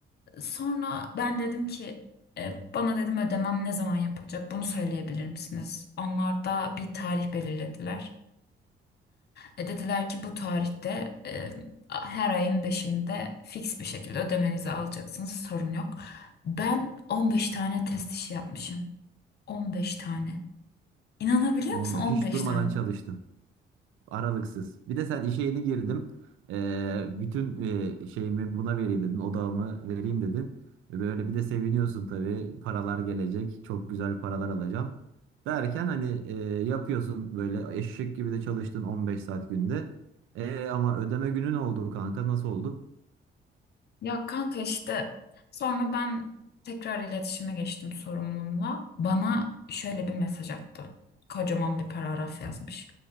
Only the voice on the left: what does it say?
Sonra ben dedim ki e, bana dedim ödemem ne zaman yapılacak bunu söyleyebilir misiniz? Onlar da bir tarih belirlediler. E, dediler ki bu tarihte e, her ayın 5'inde fix bir şekilde ödemenizi alacaksınız sorun yok. Ben 15 tane test işi yapmışım. 15 tane. İnanabiliyor
musun 15
tane?
Ya kanka işte sonra ben tekrar iletişime geçtim sorumlumla. Bana şöyle bir mesaj attı. Kocaman bir paragraf yazmış.